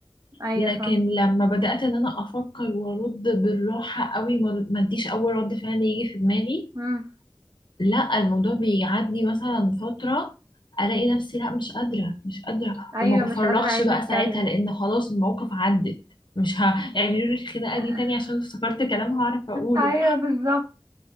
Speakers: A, on the right; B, on the left.
A: ايوه
B: لكن لما بدات ان انا افكر وارد بالراحه قوي ما ما اديش اول رد فعل يجي في دماغي
A: فاهم
B: لا الموضوع بيعدي مثلا فترة الاقي نفسي لا مش قادرة مش قادرة
A: ايوه
B: وما بفرغش
A: مش قادره عايزه
B: بقى
A: اتكلم
B: ساعتها لان خلاص المواقف عدت مش هيعملوا لي الخناقة
A: <laughs>
B: دي تاني عشان افتكرت كلام هعرف اقوله
A: ايوه بالظبط